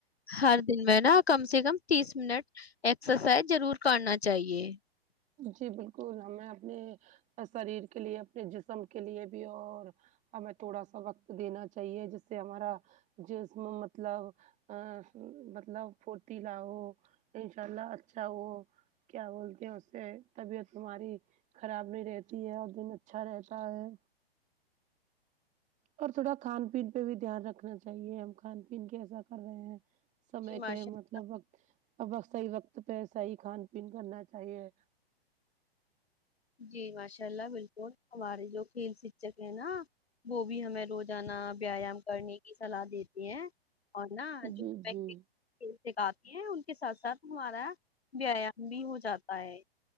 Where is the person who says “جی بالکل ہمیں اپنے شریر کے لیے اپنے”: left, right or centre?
Right